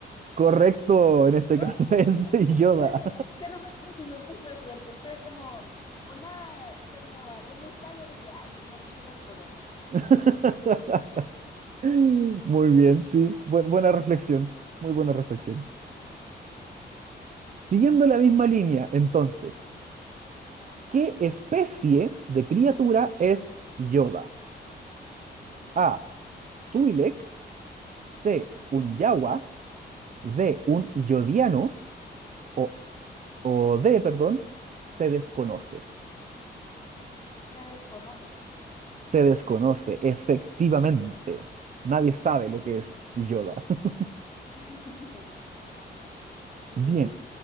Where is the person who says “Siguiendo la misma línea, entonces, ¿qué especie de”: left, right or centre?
Right